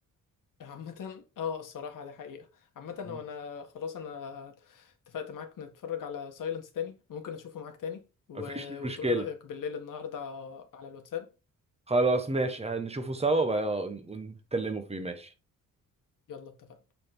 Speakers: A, on the left (about 70°); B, on the right (about 20°).
A: عامة اه الصراحة دي حقيقة عامة
B: مم.
A: وانا خلاص انا اتفقت معاك نتفرج على سايلنس تاني ممكن اشوفه معاك تاني و...
B: مفيش مشكلة
A: وتقولي رأيك بالليل النهاردة على الواتساب
B: خلاص ماشي هنشوفه سوا وبقى ونتكلموا فيه ماشي
A: يلا اتفقنا